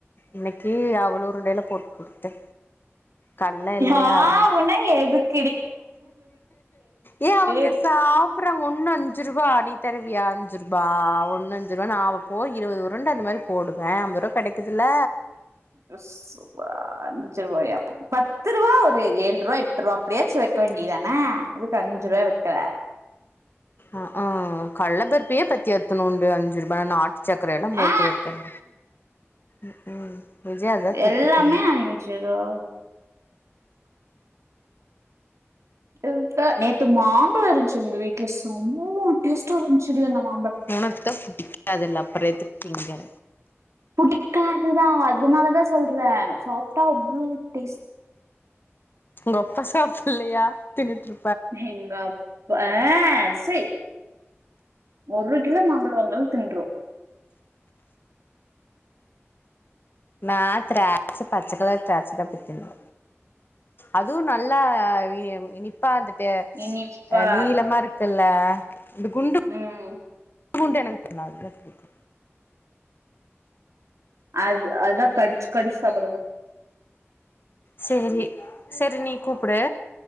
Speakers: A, on the left; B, on the right.
A: இன்னைக்கு அவ்ளோ உருண்டையில போட் குடுத்தே கல்ல இல்லையா
B: ஆ
A: அதனா
B: ஊ னா எதுக்
A: ஏ அவுங்க
B: இருக்கு
A: சாப் றாங்க ஒன்னு அஞ்சு ரூவா நீ தருவியா அஞ்சு ரூபா ஒன்னு அஞ்சு ரூபா நா வப் போ இருவது உருண்ட அந்த மாரி போடுவே ஐம்ப ரூவா கெடைக்குதில்ல
B: ஏ சூப அஞ்சு ரூவாயா பத்து ரூவா ஒரு ஏழ் ரூவா எட் ரூவா எப்டியாச்சு வைக்க வேண்டியதான எதுக்கு அஞ்சுரூவா வைக்குற
A: ஆ ஆ கள்ள பர்பியே பத்தி எத்துனூண்டு அஞ்சு ரூபானா சக்கர எல்லா போடாடு
B: ஆ
A: வைக்குறே ம்ஹூ விஜயா அதா திட்டுது
B: எல்லாமே அஞ்சு ரூவா தெர்ல நேத்து மாம்பழோ இருந்த்ச்சு எங்க வீட்ல செம்ம டேஸ்ட்டா இருந்த்ச்சுடி அந்த மாம்பழோ
A: உனக்கு தா புடிக்காதுல அப்புறோ எதுக்கு திங்கற
B: புடிக்காதுதா அதனாலதா சொல்றே சாப்ட்டா அவ்வளவு டேஸ்
A: உங்க அப்பா சாப்பிடல்யா தின்னுட்ரு
B: எங்கப் அ சி ஒரு கிலோ மாம்பழோ வாங்னாலு தின்ரு
A: நா திராட்ச பச்ச கலர் த்ராட்ச தா ப திம்பே அதுவு நல்லா எ இனிப் பா வந்துட்டு
B: இனிப்பா
A: அ நீளமா இருக்குல்ல இந்த குண்டு
B: ம்
A: குண்டு எனக் பண்ணாது அதா பிடிக்கு
B: அது அதா கடிச்சு கடிச்சு சாப்பிடனு
A: செரி செரி நீ கூப்பிடு